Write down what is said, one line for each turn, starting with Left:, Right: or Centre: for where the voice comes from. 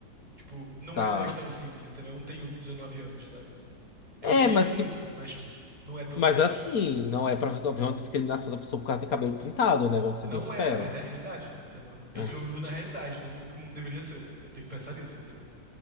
Right: Tipo, não
Left: Tá.
Right: é mais tão simples, entendeu? Eu não tenho 19 anos, sabe? Eu
Left: É,
Right: queria
Left: mas
Right: muito,
Left: que.
Right: mas, tipo, não é tão
Left: Mas
Right: simples.
Left: assim, não é pra haver uma discriminação da pessoa por causa de cabelo pintado, né? Vamos
Right: Não
Left: ser bem sinceros.
Right: é, mas é a realidade, entendeu? Eu,
Left: É.
Right: eu vivo na realidade, não no que o mundo deveria ser. Eu tenho que pensar nisso, entendeu?